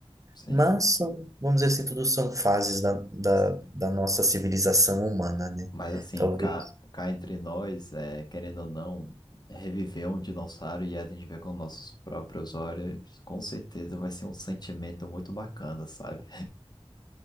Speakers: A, on the left; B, on the right.
A: Sim,
B: mas são, vamos dizer assim, tudo são fases da, da,
A: sim.
B: da nossa civilização humana, né?
A: Mas assim,
B: Talvez,
A: cá, cá entre nós, é, querendo ou não, reviver um dinossauro e a gente ver com nossos próprios olhos, com certeza vai ser um sentimento muito bacana, sabe?